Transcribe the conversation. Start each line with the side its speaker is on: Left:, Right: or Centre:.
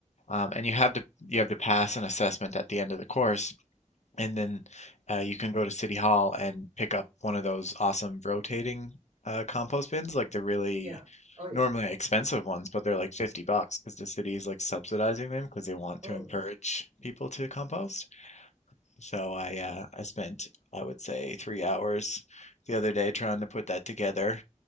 Left: um, and you have to you have to pass an assessment at the end of the course, and then uh, you can go to City Hall and pick up one of those awesome rotating uh, compost bins, like the really
Right: Yeah. Oh yeah.
Left: normally expensive ones, but they're like 50 bucks because the city is like subsidizing them because they want to
Right: Oh,
Left: encourage
Right: it's-
Left: people to compost. So I uh, I spent I would say three hours the other day trying to put that together